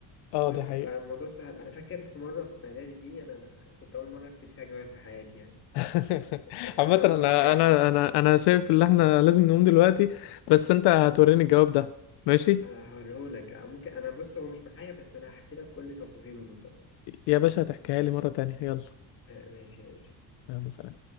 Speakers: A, on the left; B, on the left.
A: اه
B: بس
A: دي حقيقة
B: فالموضوع سهل انا فاكر في مرة في اعدادي دي انا كنت اول مرة اكتب فيها جواب في حياتي يعني
A: <laughs>
B: <laughs>
A: عامة
B: اول
A: انا
B: مرة احب
A: انا انا انا شايف ان احنا لازم نقوم دلوقتي بس انت هتوريني الجواب ده ماشي
B: انا هوريهولك آه، ممكن انا بص هو مش معايا بس انا هحكي لك كل تفاصيله بالظبط
A: يا باشا هتحكيها لي مرة تانية يلا
B: آه، ماشي يا باشا
A: يلا سلام